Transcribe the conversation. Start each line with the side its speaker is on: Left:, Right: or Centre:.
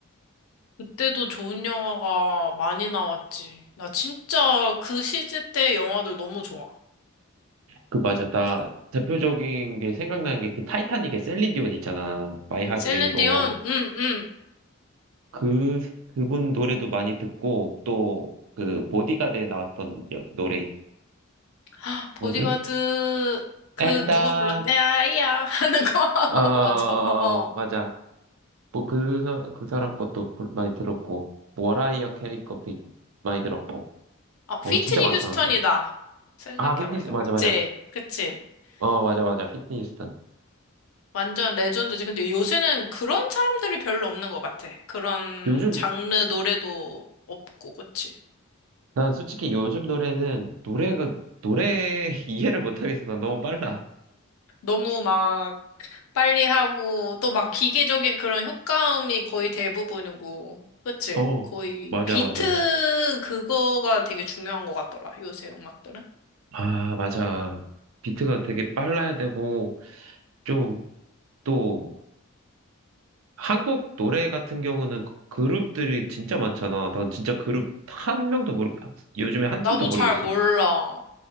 Left: 그때도 좋은 영화가 많이 나왔지. 나 진짜 그 시대 때 영화들 너무 좋아.
Right: 그 맞아. 나
Left: 다-
Right: 대표적인 게 생각나는 게 그 타이타닉의 셀린 디온 있잖아. My Heart
Left: 셀렌디온
Right: Will Go On.
Left: 응, 응.
Right: 그 그분 노래도 많이 듣고 또 그 보디가드에 나왔던 여- 노래
Left: 헉, 보디가드,
Right: 뭐지?
Left: 그,
Right: 엔다
Left: 누가 불렀대? 아이야. 하는 거. <laughs>
Right: 어
Left: 맞아. 어.
Right: 맞아. 뭐 그 그 사람 것도 많이 들었고 워라이어 캐리 것도 많이 들었고.
Left: 어,
Right: 어
Left: 휘트니
Right: 진짜 많다
Left: 휴스턴이다.
Right: 근데.
Left: 생각해보니까.
Right: 아 휘트니스 맞아
Left: 맞지?
Right: 맞아.
Left: 그치?
Right: 어 맞아
Left: 음.
Right: 맞아 휘트니스턴.
Left: 완전 레전드지. 근데 요새는 그런 사람들이 별로 없는 것 같아. 그런
Right: 요즘,
Left: 장르 노래도 없고, 그치?
Right: 난 솔직히 요즘 노래는 노래가, 노래 <laughs> 이해를 못하겠어. 너무 빨라.
Left: 너무 막 빨리 하고, 또 막 기계적인 그런 효과음이 거의 대부분이고, 그치?
Right: 어,
Left: 거의
Right: 맞아,
Left: 비트
Right: 맞아.
Left: 그거가 되게 중요한 것 같더라, 요새 음악들은.
Right: 아, 맞아. 비트가 되게 빨라야 되고, 좀, 또, 한국 노래 같은 경우는 그- 룹들이 진짜 많잖아. 난 진짜 그룹 한 명도 모르, 요즘에 한
Left: 나도
Right: 팀도 모르겠어.
Left: 잘 몰라.